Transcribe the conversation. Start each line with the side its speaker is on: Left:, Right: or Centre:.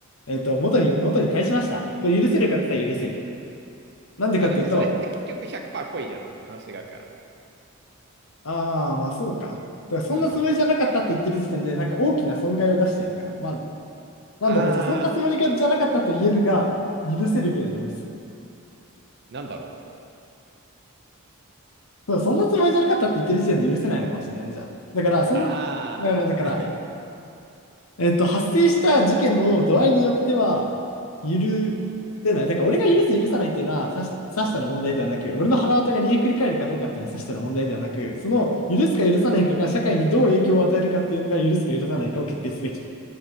Left: えっと、元に、元に返しました。これ許せるかって言ったら許せる。なんでかっていうと、
Right: あ、でもそれって結局100%恋じゃんって話があるからな。
Left: ああ、まあそうか。だからそんなつもりじゃなかったって言ってる時点で、
Right: うん。
Left: なんか大きな損害を出してるのかな。まあ、なんだろう、
Right: あー、
Left: じゃあそんなつもりがじゃなかったと言えるが、
Right: け、
Left: 許せるぐらいのミス。
Right: なんだろう。
Left: そうそんなつもりじゃなかったって言ってる時点で許せないのかもしれないね、じゃあ。だから、そんな、
Right: あー。
Left: まあまあだから、えっと、発生した事件の度合いによっては、許せない。だから、俺が許す、許さないっていうのは、さし、さしたら問題ではなく、俺の腹渡が煮えくり返るかどうかっていうのは、さしたら問題ではなく、その、許すか許さないかが、社会にどう影響を与えるかっていうのが、許すか許さないかを決定すべき。